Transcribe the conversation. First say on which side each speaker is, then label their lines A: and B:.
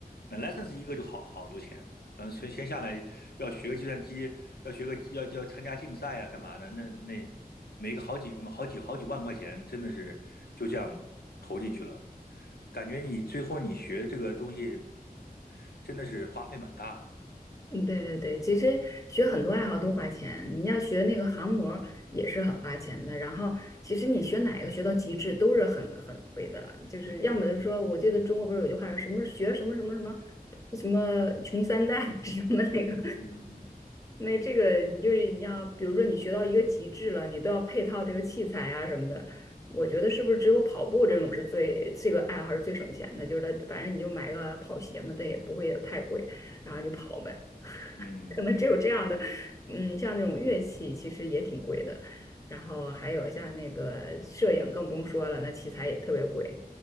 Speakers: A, on the left (about 85°); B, on the left (about 20°).
A: 买 license 一个就好好多钱。嗯，全先下来要学个计算机，要学个要要参加竞赛啊，干嘛的？那那每个好几好几好几万块钱，真的是就这样投进去了，感觉你最后你学这个东西真的是花费蛮大的。
B: 嗯，对对对，其实学很多爱好都花钱，你要学那个航模也是很花钱的。然后，其实你学哪个学到极致都是很很贵的，就是要么就是说，我记得中国不是有句话说什么学什么什么什么什么穷三代 <laughs> 什么那个，
A: 嗯
B: 那这个你就是你要，比如说你学到一个极致了，你都要配套这个器材啊什么的。我觉得是不是只有跑步这种是最这个爱好是最省钱的？就是它反正你就买个跑鞋嘛，它也不会太贵，然后你就跑呗。<laughs>
A: 嗯，
B: 可能只有这样的，嗯，像那种乐器其实也挺贵的，然后还有像那个摄影更不用说了，那器材也特别贵。